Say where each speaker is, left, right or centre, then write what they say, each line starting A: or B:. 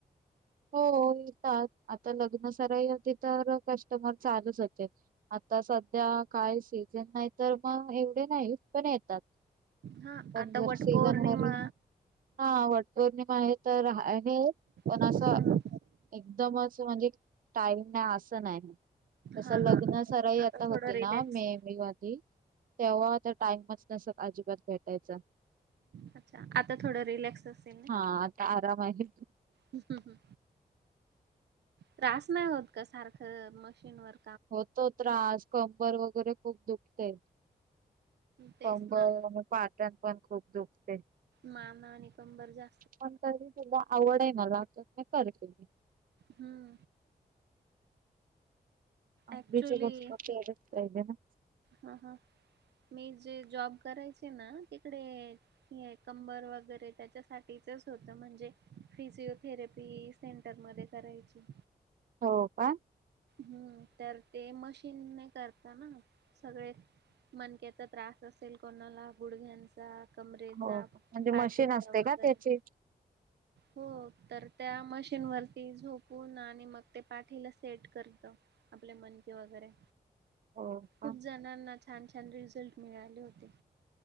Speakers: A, on the right; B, on the right.
A: हो येतात आता लग्न सराई होती तर, कस्टमर चालूच होते. आता सध्या काय सीझन नाही तर, मग एवढे नाहीत, पण ये तात,
B: हा
A: पण
B: आता
A: जर
B: वटपौर्णिमा
A: सीजन वरी हा वटपौर्णिमा आहे तर आहे, पण
B: हम्म,
A: आसं एकदमच म्हणजे टाईम नाही, आसं नाही. तसं
B: हा
A: लग्न
B: हा
A: सराई आता
B: थोडं
A: होती ना,
B: रिलॅक्स
A: मे मधे तेव्हा तर टाइमच नसत अजिबात भेटायचा.
B: अच्छा, आता थोडं रिलॅक्स असेल ना.
A: हा आता आराम आहे.
B: हुं हुं. त्रास नाही होत का सारखं मशीन वर?
A: होतो त्रास, कंबर वगैरे खूप दुखते.
B: तेच
A: कंबर
B: ना
A: आणि पाट्यात पण खूप दुखते.
B: मान आणि कंबर जा
A: पण तरी सुद्धा आवड आहे मला तर मी करते.
B: हुं.
A: <unintelligible>
B: ऍक्च्युली
A: केलच पाहिजे ना.
B: हा हा, मी जे जॉब करायचे ना? तिकडे कंबर वगैरे त्याच्यासाठीचच होतं म्हणजे फिजिओथेरपीस सेंटरमध्ये करायची.
A: हो का?
B: हूम तर ते मशीनने करता ना सगळे. मनक्याचा त्रास असेल कोणाला, गुडघ्यान चा, कमरेचा,
A: हो का म्हणजे
B: पाटीचा
A: मशीन असते
B: वगैरे
A: का त्याची
B: हो तर त्या मशीन वरती झोपून आणि मग ते पाठीला स थेट करत आपले मणके वैगेरे.
A: हो का
B: खूप ज नाना छान छान रिझल्ट मिळाले होते.